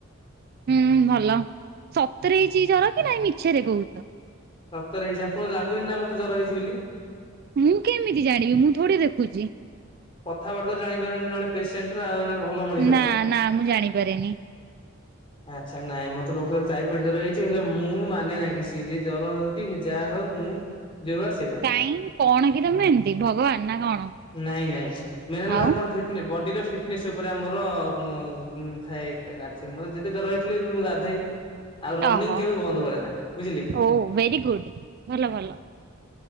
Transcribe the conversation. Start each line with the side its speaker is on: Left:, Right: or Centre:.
Right: ହୁଁ ଭଲ ସତରେ ହେଇଛି ଜର କି ନାଇଁ ମିଛରେ କହୁଛ?
Left: ସତରେ ହେଇଛି ଆପଣଙ୍କୁ ଲାଗୁନି ନା ମତେ ଜର ହେଇଛି ବୋଲି?
Right: ମୁଁ କେମିତି ଜାଣିବି ମୁଁ ଥୋଡି ଦେଖୁଛି।
Left: କଥାବାର୍ତ୍ତାରୁ ଜାଣିପାରନି ଜଣେ ପେସେଣ୍ଟ ର ଆଉ ଜଣେ ଭଲ ମଣିଷର।
Right: ନା ନା ମୁଁ ଜାଣିପାରେନି
Left: ଆଚ୍ଛା ନାଇଁ ମତେ ପ୍ରକୃତରେ ଟାଇଫଏଡ ଜର ହେଇଛି ହେଲେ ମୁଁ ମାନେ ନାଁ କିଛି ସିଏ ଯିଏ ଜର କି ଯାହା ହଉ ମୁଁ ଯୋଉଭଳିଆ ସେଇ ଭଳିଆ।
Right: କାଇଁ କଣ କି ତମେ ଏମତି ଭଗବାନ ନା କଣ?
Left: ନାଇଁ ନାଇଁ ମେନ୍ ହେଲା
Right: ଆଉ
Left: ଆମର ଫିଟ୍ ନେ ବଡିର ଫିଟ୍ନେସ୍ ଉପରେ ଆମର ଉଁ ଉଁ ଥାଏ କାର୍ଯ୍ୟମର ଯେତେ ଜର ହେ ଇଥିଲେ ବି ମୁଁ ଗାଧେଇ ଆଉ ରନିଂ
Right: ଓହୋ।
Left: କେବେ ବନ୍ଦ କରେ ନା ବୁଝିଲେ?
Right: ଓ ଭେରି ଗୁଡ଼୍। ଭଲ ଭଲ।